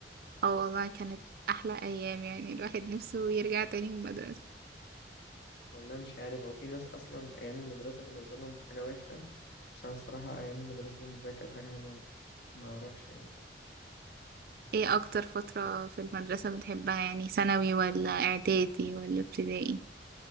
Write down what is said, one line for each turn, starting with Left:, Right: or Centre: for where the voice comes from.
Right: اه والله كانت احلى ايام يعني الواحد نفسه يرجع تاني المدرسة
Left: والله مش عارف هو في ناس اصلا ايام المدرسه بالنسبه لهم حاجه وحشه بس انا الصراحه ايام المدرسه بالنسبه لي كانت حاجه حلوه أوي. ما اعرفش يعني
Right: ايه اكتر فترة في المدرسة بتحبها يعني ثانوي ولا اعدادي ولا ابتدائي